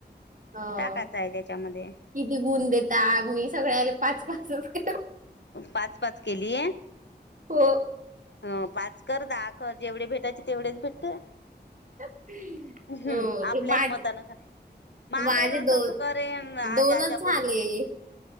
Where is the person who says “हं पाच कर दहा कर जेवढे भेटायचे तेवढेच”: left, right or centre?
Left